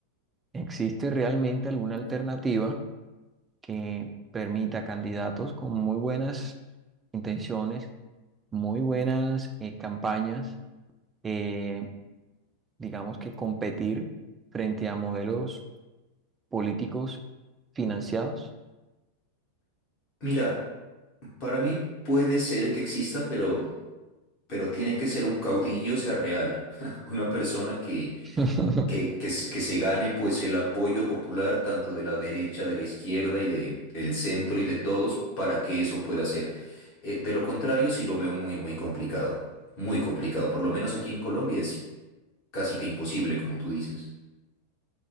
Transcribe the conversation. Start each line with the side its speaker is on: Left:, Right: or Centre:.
Right: ¿existe realmente alguna alternativa que permita a candidatos con muy buenas intenciones, muy buenas eh, campañas, eh, digamos que competir frente a modelos políticos financiados.
Left: mira, para mí puede ser que exista, pero, pero tiene que ser un caudillo, o sea, real, <laughs> una persona que
Right: <laughs>
Left: que, que se que se gane pues el apoyo popular tanto de la derecha, de la izquierda y de, el centro y de todos para que eso pueda ser. Eh, de lo contrario, sí lo veo muy, muy complicado, muy complicado. Por lo menos aquí en Colombia es casi que imposible, como tú dices.